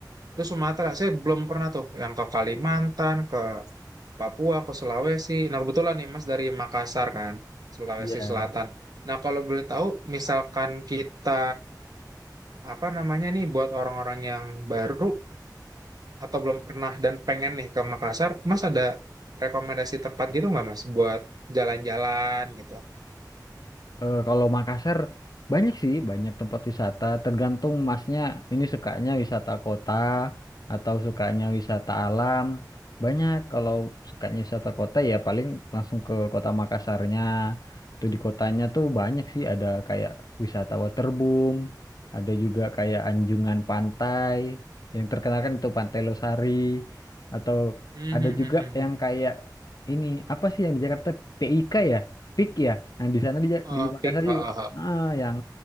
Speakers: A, on the right; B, on the left.
A: Terus Sumatera, saya belum pernah tuh yang ke Kalimantan, Papua ke Sulawesi. Nah, kebetulan nih Mas dari Makassar kan, Sulawesi
B: Iya.
A: Selatan. Nah, kalau boleh tahu, misalkan kita apa namanya nih buat orang-orang yang baru atau belum pernah dan pengen nih ke Makassar, Mas ada rekomendasi tempat gitu nggak Mas buat jalan-jalan gitu?
B: Eh, kalau Makassar banyak sih, banyak tempat wisata. Tergantung masnya ini sukanya wisata kota atau sukanya wisata alam. Banyak kalau sukanya wisata kota ya paling langsung ke kota Makassarnya. Tuh di kotanya tuh banyak sih ada kayak wisata waterboom, ada juga kayak anjungan pantai yang terkenal kan itu Pantai Losari atau
A: Hmm,
B: ada
A: hmm,
B: juga
A: hmm, hmm.
B: yang kayak ini apa sih yang di Jakarta P I K ya? Pik ya. Nah, di sana di Ja-
A: Oh,
B: di Makassar
A: pik, ha,
B: juga
A: ha, ha.
B: ah, yang